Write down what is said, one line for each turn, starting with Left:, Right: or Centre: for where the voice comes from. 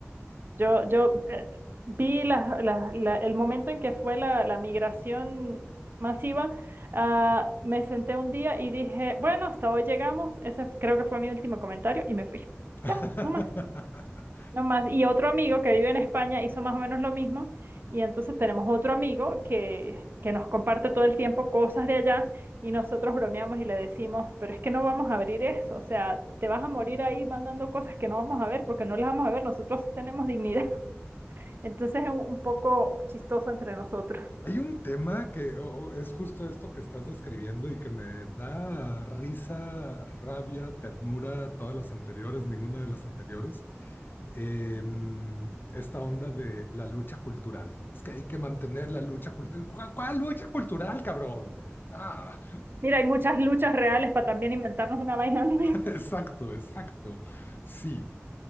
Right: Yo, yo eh, vi la- la- la- el momento en que fue la, la migración masiva, ah, me senté un día y dije, bueno, hasta hoy llegamos, ese creo que fue mi último comentario y me fui.
Left: <laughs>
Right: Ya, no más. No más. Y otro amigo que vive en España hizo más o menos lo mismo. Y entonces tenemos otro amigo que, que nos comparte todo el tiempo cosas de allá y nosotros bromeamos y le decimos, pero es que no vamos a abrir eso. O sea, te vas a morir ahí mandando cosas que no vamos a ver porque no las vamos a ver. Nosotros sí tenemos dignidad. <laughs> Entonces es un un poco chistoso entre nosotros.
Left: Hay un tema que o- es justo esto que estás describiendo y que me da risa, rabia, ternura, todas las anteriores, ninguna de las anteriores. Em, esta onda de la lucha cultural. Es que hay que mantener la lucha cultural. ¿Cuál, cuál lucha cultural, cabrón? Ah.
Right: Mira, hay muchas luchas reales para también inventarnos una vaina <laughs> nueva.
Left: Exacto, exacto. Sí.